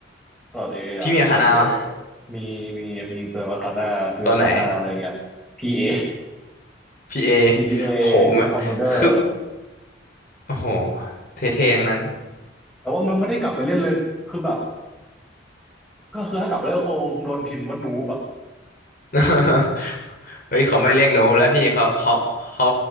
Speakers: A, in the centre; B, on the left (about 45°).
A: ตลอดเออ่ะเราซื้อเอ่อมีมีมีเติมอาคาน่าซื้ออาคาน่าอะไรเงี้ย
B: พี่เมียคานาวะตัวไหน
A: PA
B: พีเอ
A: PA
B: โหมนคือ
A: <laughs> Legend Commander
B: โอ้โหเท่ๆทั้งนั้น
A: แต่ว่ามันไม่ได้กลับไปเล่นเลยคือแบบก็คือถ้ากลับไปเล่นคงโดนพิมพ์ว่านูบอะ
B: <laughs> เฮ้ยเขาไม่เรียกหนูแล้วพี่เขาเขาเขา